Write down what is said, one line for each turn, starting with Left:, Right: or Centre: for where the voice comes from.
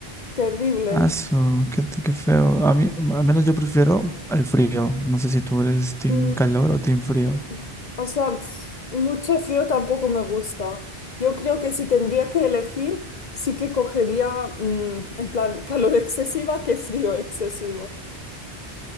Left: terrible.
Centre: Aso, qué, te- qué feo. A mí, al menos yo prefiero el frío. No sé si tú eres team
Left: Mm,
Centre: calor o team frío.
Left: mm. O sea, pf, mucho frío tampoco me gusta. Yo creo que si tendría que elegir, sí que cogería, mm, en plan, calor excesiva que frío excesivo.